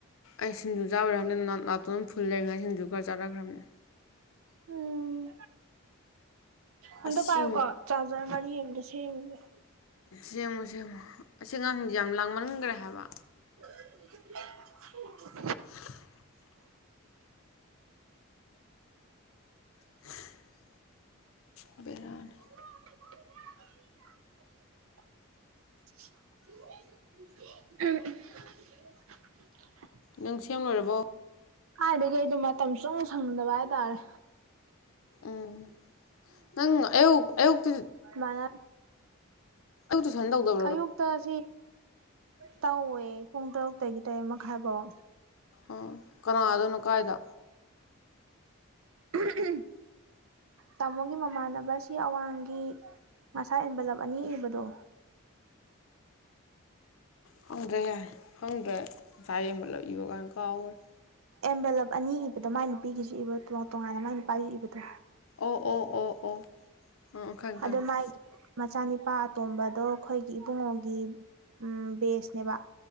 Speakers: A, on the left; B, on the right.
A: ꯑꯩ ꯁꯤꯡꯖꯨ ꯆꯥꯕꯩꯔ ꯈꯪꯗ‌ꯦ ꯅ ꯅꯥꯇꯣꯟ ꯐꯨꯜ ꯂꯩꯔꯤꯉꯩ ꯁꯤꯡꯖꯨ ꯈꯔ ꯆꯥꯔꯛꯈ꯭ꯔꯕꯅꯦ
B: ꯎꯝ ꯑꯝꯇ
A: ꯑꯁꯤ
B: ꯄꯥꯏꯌꯨꯀꯣ ꯆꯥꯖꯔ ꯃꯔꯤ ꯑꯝꯇ ꯁ‌ꯦꯝꯒ‌ꯦ
A: ꯁꯦꯝꯃ‌ꯣ ꯁꯦꯃ‌ꯣ ꯑꯁꯤ ꯑꯉꯥꯡꯁꯤꯡꯁꯦ ꯌꯥꯝ ꯂꯥꯡꯃꯟꯈ꯭ꯔꯦ ꯍꯥꯏꯕ
B: <unintelligible>
A: <unintelligible> <unintelligible> ꯑ ꯕ‌ꯦꯔꯥꯅ‌ꯦ
B: <unintelligible> <unintelligible>
A: ꯅꯪ ꯁꯦꯝꯂꯨꯔꯕꯣ
B: ꯍꯥꯏꯗꯒꯤ ꯑꯩ ꯗꯤ ꯃꯇꯝ ꯁꯨꯡ ꯁꯪꯗꯕ ꯍꯥꯏꯇꯥꯔꯦ
A: ꯎꯝ ꯅꯪ ꯑꯌꯨ ꯑꯌꯨꯛꯇꯤ
B: ꯃꯔꯥ
A: ꯇꯨ ꯇꯨꯁꯟ ꯇꯧꯗꯧ
B: ꯑꯌꯨꯛꯇ ꯁꯤ ꯇꯧꯋꯦ ꯄꯨꯡ ꯇꯔꯨꯛꯇꯒꯤ ꯇꯔꯦꯠ ꯃꯈꯥꯏꯐꯥꯎ
A: ꯎꯝ ꯀꯅꯥꯗꯣꯏꯅꯣ ꯀꯥꯏꯗ
B: <unintelligible> ꯇꯥꯃꯣꯒꯤ ꯃꯃꯥꯟꯅꯕ ꯑꯁꯤ ꯑꯋꯥꯡꯒꯤ ꯃꯁꯥ ꯏꯟꯕꯂꯕ ꯑꯅꯤ ꯏꯕꯗꯣ
A: ꯈꯪꯗ꯭ꯔꯦ ꯌꯥꯏꯦ ꯍꯪꯗ꯭ꯔꯦ ꯉꯁꯥꯏ ꯑꯦꯟꯕꯂꯞ ꯏꯕ ꯀꯥꯏꯅ ꯀꯥꯎꯒꯔꯦ
B: ꯑꯦꯝꯕꯦꯂꯞ ꯑꯅꯤ ꯏꯕꯗꯣ ꯃꯥꯏ ꯅꯨꯄꯤꯒꯤꯁꯨ ꯏꯕꯣ ꯇꯣꯉꯥꯟ ꯇꯣꯉꯥꯟꯅ ꯃꯥꯏ ꯅꯨꯄꯥꯁꯨ ꯏꯕꯗꯣ
A: ꯑꯣ ꯑꯣ ꯑꯣ ꯑꯣ ꯑꯥ ꯈꯪꯉꯦ ꯈꯪꯉꯦ
B: ꯑꯗꯨ ꯃꯥꯥꯏ ꯃꯆꯥꯅꯤꯄꯥ ꯑꯇꯣꯝꯕꯗꯣ ꯑꯩꯈꯣꯏꯒꯤ ꯏꯕꯨꯡꯉꯣꯒꯤ ꯎꯝ ꯕꯦꯁ ꯅꯦꯕ